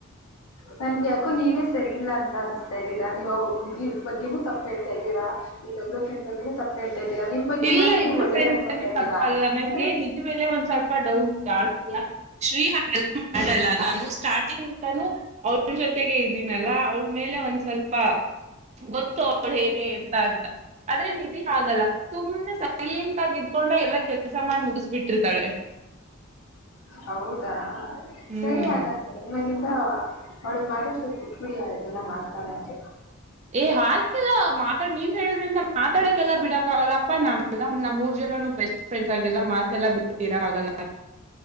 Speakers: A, on the left; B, on the right.
A: ನನ್ಗೆ ಯಾಕೋ ನೀವೇ ಸರಿ ಇಲ್ಲ ಅಂತ ಅನಿಸ್ತಾ ಇದ್ದೀರಾ ನೀವು <unintelligible> ಬಗ್ಗೆನೂ ತಪ್ಪು ಹೇಳ್ತಾ ಇದ್ದೀರಾ. ಇನ್ನೊಬ್ಬರ ಫ್ರೆಂಡ್ ಬಗ್ಗೆನೂ ತಪ್ಪು ಹೇಳ್ತಾ ಇದೀರಾ ನಿಮ್ ಬಗ್ಗೆ
B: ಇಲ್ಲ
A: ಮಾತ್ರ
B: ಇಬ್ರು
A: ನೀವು ಒಳ್ಳೆದ್
B: ಫ್ರೆಂಡ್
A: ಹೇಳ್ಕೋಂತಾ
B: ಬಗ್ಗೆ
A: ಇದ್ದಿರಾ
B: ತಪ್ಪಲ್ಲ ನಂಗೆ
A: ಅಂದ್ರೆ.
B: ನಿಧಿ ಮೇಲೆ ಒಂದ್ ಸ್ವಲ್ಪ ಡೌಟ್ ಜಾಸ್ತಿ <unintelligible> ಶ್ರೀ ಹಾಗೆಲ್ಲ ಮಾಡಲ್ಲ ನಾನು ಸ್ಟಾರ್ಟಿಂಗ್. ನಾನು ಅವಳ ಜೊತೆಗೆ ಇದ್ದೀನಲ್ಲ ಅವಳ ಮೇಲೆ ಒಂದ್ ಸ್ವಲ್ಪ. ಗೊತ್ತು ಅವಳು ಹೇಗೆ ಎಂತ ಅಂತ ಆದ್ರೆ ನಿಧಿ ಹಾಗಲ್ಲ. ಸುಮ್ಮ್ನೆ ಸೈಲೆಂಟ್ ಆಗಿ ಇದ್ದ್ಕೊಂಡೆ ಎಲ್ಲಾ ಕೆಲ್ಸ ಮಾಡಿ ಮುಗಿಸ್ಬಿಟ್ಟಿರ್ತಾಳೆ.
A: ಹೌದಾ
B: ಹ್ಮ್
A: ಸರಿ ಹಾಗಾದ್ರೆ ಇನ್ ಇಲ್ಲಿಂದ ಅವಳನ್ ಮಾತಾಡ್ಸೋದ್ ಬಿಟ್ಬಿಡಿ ಇದೆಲ್ಲ ಮಾಡ್ತಾಳೆ ಅಂದ್ರೆ.
B: ಏ ಹಾಗೆಲ್ಲ ಮಾತಾಡ್ ನೀವ್ ಹೇಳಿದ್ರಿ ಅಂತ ಮಾತಾಡಕ್ಕೆಲ್ಲ ಬಿಡ ಆಗಲ್ಲಪ್ಪ ನಾವೆಲ್ಲ ನಮ್ ಮೂರ್ ಜನನು ಬೆಸ್ಟ್ ಫ್ರೆಂಡ್ಸ್ ಹಾಗೆಲ್ಲ ಮಾತ್ತೆಲ್ಲಾ ಬಿಟ್ಟಿರಕಾಗಲ್ಲ.